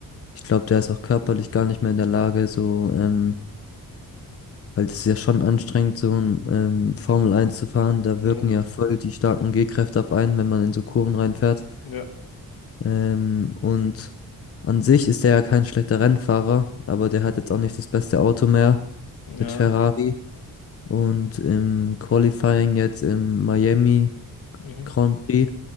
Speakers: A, on the left; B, on the left.
A: Ich glaube, der ist auch körperlich gar nicht mehr in der Lage, so, ähm, weil das ist ja schon anstrengend, so ein ähm, Formel 1 zu fahren. Da
B: Ja,
A: wirken ja voll die starken G-Kräfte auf einen, wenn man in so Kurven reinfährt.
B: ja,
A: Ähm, und an sich ist der ja kein schlechter Rennfahrer, aber der hat jetzt auch nicht das beste Auto mehr
B: ja.
A: mit Ferrari. Und im Qualifying jetzt in Miami
B: Mhm.
A: Grand Prix